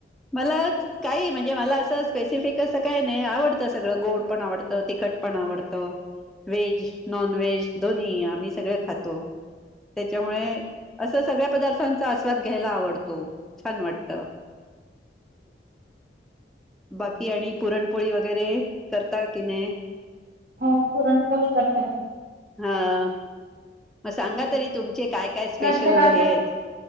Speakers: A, in the centre; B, on the right.
A: मला काही म्हणजे मला असं स्पेसिफिक असं काय नाही आवडतं सगळं गोड पण आवडतं तिखट पण आवडतं व्हेज, नॉन व्हेज दोन्ही आम्ही सगळं खातो‌. त्याच्यामुळे असं सगळ्या पदार्थांचा आस्वाद घ्यायला आवडतो छान वाटत बाकी आणि पुरणपोळी वगैरे करता की नाही
B: हो पुरणपोळी करते ना.
A: हा मग सांगा तरी तुमचे काय काय स्पेशल
B: प्रत्येक आपले
A: हे आहेत